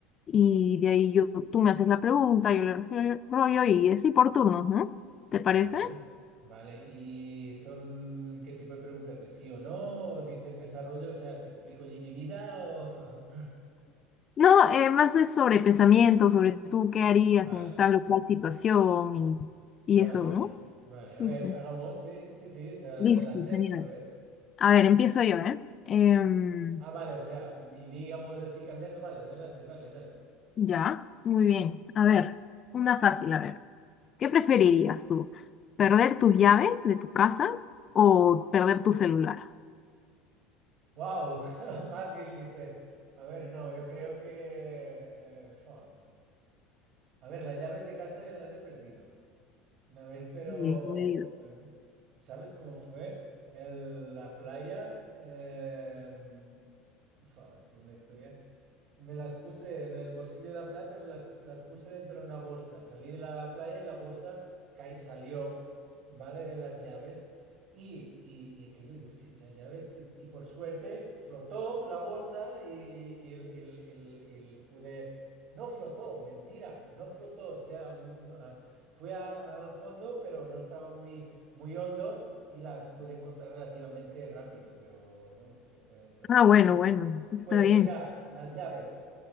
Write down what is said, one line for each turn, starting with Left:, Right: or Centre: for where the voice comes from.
Left: y de ahí yo, tú me haces la pregunta, yo la desarrollo y así por turnos, ¿no? ¿Te parece?
Right: Vale, vale. ¿Y son qué tipo de preguntas? ¿De sí o no? ¿O dices desarrollo? O sea, ¿te explico allí mi vida? O... <laughs>
Left: No, eh, más es sobre pensamiento, sobre tú qué harías
Right: Vale,
Left: en tal o cual situación y,
Right: vale,
Left: y eso, ¿no?
Right: vale.
Left: Sí,
Right: A ver,
Left: sí.
Right: hagamos, sí, sí, sí, o sea,
Left: Listo,
Right: adelante,
Left: genial.
Right: a ver.
Left: A ver, empiezo yo, ¿eh? Em,
Right: Ah, vale, o sea, mi digamos así cambiando, vale, adelante, dale, dale.
Left: ya, muy bien. A ver, una fácil, a ver. ¿Qué preferirías tú? ¿Perder tus llaves de tu casa o perder tu celular?
Right: ¡Wow! <laughs> Fácil, dice. A ver, no, yo creo que... eh, fua. A ver, las llaves de casa ya las he perdido. Una vez, pero
Left: Bien, muy bien.
Right: em, ¿sabes cómo fue? En la playa, em, fua, es que una historia. Me las puse en el bolsillo de la playa, pero las, las puse dentro de una bolsa. Salí de la playa y la bolsa cay- salió, ¿vale? De las llaves. Y, y, y aquello de usted, las llaves. Y, y por suerte flotó la bolsa y, y, el- y el- y el- y el- pude... No flotó, mentira, no flotó. O sea, un- ah, fui a- al fondo, pero no estaba muy, muy hondo y las pude encontrar relativamente rápido. Pero vamos, que fue esto?
Left: Ah, bueno,
Right: Pues
Left: bueno, está
Right: pues
Left: bien.
Right: mira, las llaves.